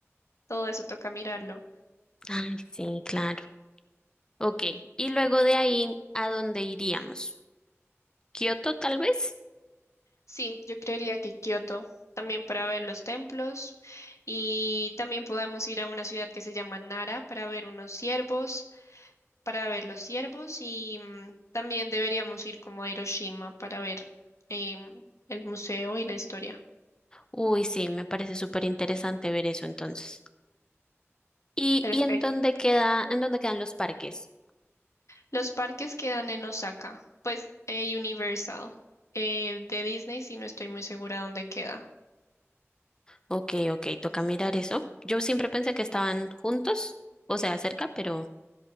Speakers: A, on the left; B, on the left.
A: Todo eso toca mirarlo.
B: Ay, sí, claro. Ok, y luego de ahí, ¿a dónde iríamos? ¿Kioto tal vez?
A: Sí, yo creería que Kioto también para ver los templos y también podemos ir a una ciudad que se llama Nara para ver unos ciervos, para ver los ciervos y mm, también deberíamos ir como a Hiroshima para ver em, el museo y la historia.
B: Uy, sí, me parece súper interesante ver eso entonces. ¿Y,
A: Perfecto.
B: y en dónde queda, en dónde quedan los parques?
A: Los parques quedan en Osaka, pues eh, Universal, eh, de Disney, si no estoy muy segura dónde queda.
B: Ok, ok, toca mirar eso. Yo siempre pensé que estaban juntos, o sea, cerca, pero...